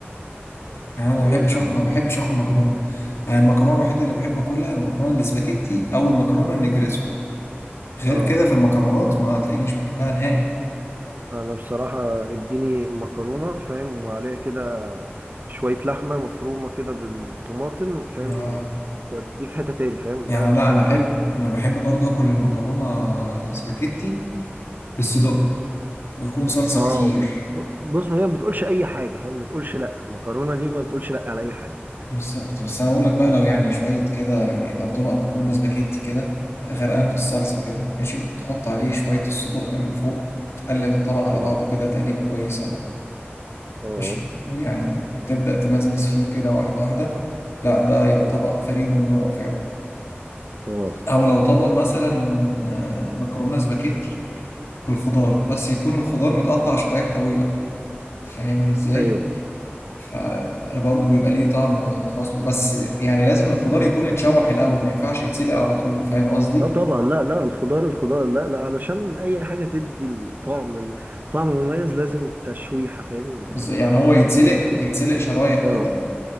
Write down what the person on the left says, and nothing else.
يعني انا
ما بحبش
أكل... ما
بحبش اكل مكرونه يعني المكرونه الوحيده اللي بحب اكلها المكرونه الاسباجيتي او المكرونه النجريسكو غير
كده في المكرونات ما هتلاقينيش بحبها نهائي
آه.
يعني
لا
انا احب انا بحب برضه اكل المكرونه اسباجيتي بالصدق ويكون صلصه
كتير
بالظبط بس انا اقول لك بقى لو يعني شويه كده يعني لو طبق مكرونه اسباجيتي كده غرقان في الصلصه كده ماشي وتحط عليه شويه الصدق من فوق تقلب الطبق على
بعضه كده تقليبه كويسه
ماشي ويعني وتبدأ تمزمز فيه كده واحدة واحدة لا ده يبقى طبق فريد من نوعه فعلا
أو لو طبق مثلا آه، مكرونة سباكيتي بالخضار بس يكون الخضار متقطع شرايح طويلة فاهمني ازاي؟
فبرضه بيبقى ليه طعم خاص له بس يعني لازم الخضار يكون اتشوح الأول ما ينفعش يتسلق على طول فاهم قصدي؟
بز-
يعني هو يتسلق يتسلق شرايح كده